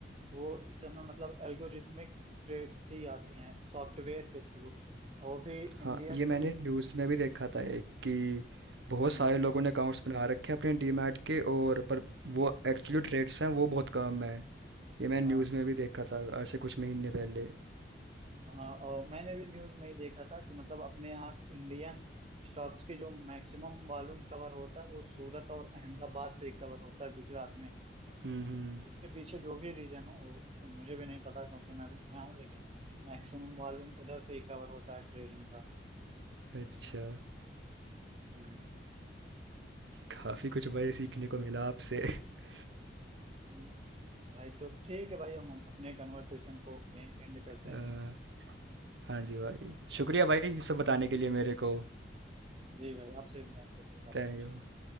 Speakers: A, on the right (about 35°); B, on the right (about 75°).
A: वो इस समय मतलब एल्गोरिथमिक ट्रेड्स ही आती हैं सॉफ्टवेयर के थ्रू और वो भी इंडिया
B: हाँ ये मैंने
A: की
B: न्यूज़ में भी देखा था एक कि बहुत
A: हाँ
B: सारे लोगों ने अकाउंट्स बना रखे हैं अपने डीमैट के और पर वो एक्चुअली ट्रेड्स हैं वो बहुत कम है ये मैंने
A: हाँ
B: न्यूज़ में भी देखा था आज से कुछ महीने पहले
A: हाँ और मैंने भी न्यूज में ही देखा था कि मतलब अपने यहाँ इंडियन स्टॉक्स के जो मैक्सिमम वॉल्यूम कवर होता है वो सूरत और अहमदाबाद से ही कवर होता है गुजरात में
B: हम्म हम्म,
A: इसके पीछे जो भी रीजन हो वो तो मुझे भी नहीं पता क्योंकि मैं भी नया हूँ लेकिन मैक्सिमम वॉल्यूम उधर से ही कवर होता है ट्रेडिंग का
B: अच्छा
A: हम्म।
B: काफ़ी कुछ भाई सीखने को मिला आपसे <laughs>
A: हम्म, भाई तो ठीक है भाई हम अपने कन्वर्सेशन को यहीं पेंड करते
B: अ,
A: हैं
B: हाँ जी भाई शुक्रिया भाई ये सब बताने के लिए मेरे को
A: जी भाई आपसे बात करके काफी
B: Thank
A: अच्छा
B: you